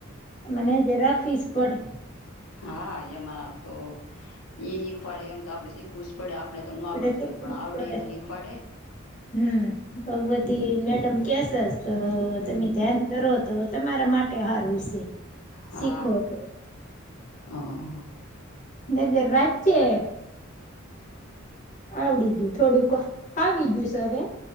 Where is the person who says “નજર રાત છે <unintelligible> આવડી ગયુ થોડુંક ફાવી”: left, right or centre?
Left